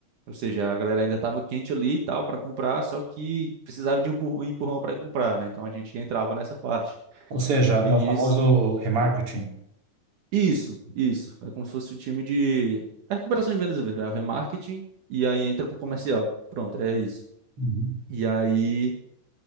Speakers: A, on the right; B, on the right.
A: Ou seja, a galera ainda estava quente ali e tal para comprar, só que precisava de um empur- um empurrão para comprar, né? Então a gente entrava nessa parte.
B: Ou seja,
A: E
B: é
A: nisso,
B: o famoso remarketing.
A: isso, isso. É como se fosse o time de. É recuperação de vendas mesmo, é o remarketing, e aí entra pro comercial. Pronto, é isso.
B: Uhum.
A: E aí